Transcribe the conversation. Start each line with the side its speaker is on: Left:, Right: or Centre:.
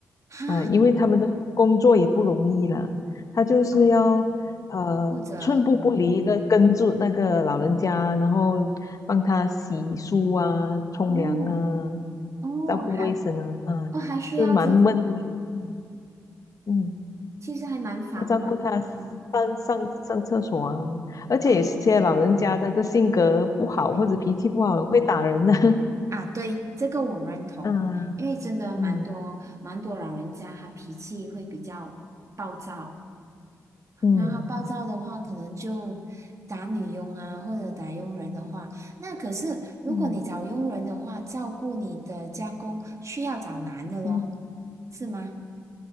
Right: 哈，
Left: 啊，因为他们的工作也不容易啦，他就是要呃寸步不离的跟住那个老人家，
Right: 哦，或者。
Left: 然后帮他洗漱啊、冲凉啊、
Right: 哦，哦，
Left: 照顾卫生啊，
Right: 还
Left: 啊，
Right: 哦还需要这，
Left: 是蛮闷，嗯，嗯
Right: 其实还蛮繁忙繁
Left: 要照顾他上上上厕所啊，而且有些老人家他的性格不好或者脾气不好，
Right: 哦，嗯
Left: 会打人的、
Right: 啊，对，这个我认同，
Left: <laughs> 啊，
Right: 因为真的蛮多蛮多老人家他脾气会比较暴躁，
Left: 嗯嗯
Right: 然后他暴躁的话可能就打女佣啊或者打佣人的话，那可是如果你找佣人的话，
Left: 嗯
Right: 照顾你的家公需要找男的咯，
Left: 嗯。嗯
Right: 是吗？